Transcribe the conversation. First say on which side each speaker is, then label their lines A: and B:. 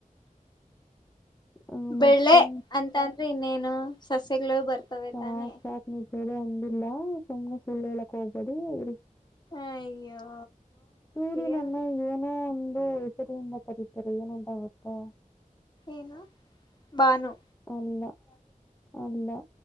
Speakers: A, on the left; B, on the left.
A: ಆ ಮತ್ತೆ
B: ಬೆಳೆ ಅಂತ ಅಂದ್ರೆ ಇನ್ನೇನು ಸಸ್ಯಗಳು ಬರ್ತವೆ
A: ಸಾ
B: ತಾನೆ
A: ಸಾತ್ ನೀ ಬರ. ಇಲ್ಲಾ ಸುಮ್ನೆ ಸುಳ್ಳೇಳಕೋಬೇಡಿ ಇರಿ.
B: ಅಯ್ಯೋ.
A: ಸೂರ್ಯನನ್ನ
B: ದೇವ್ರೆ
A: ಏನೋ ಒಂದು ಹೆಸರಿಯಿಂದ ಕರೀತಾರೆ ಏನಂತಾ ಗೊತ್ತಾ.
B: ಏನು ಬಾನು.
A: ಅಲ್ಲಾ ಅಲ್ಲಾ.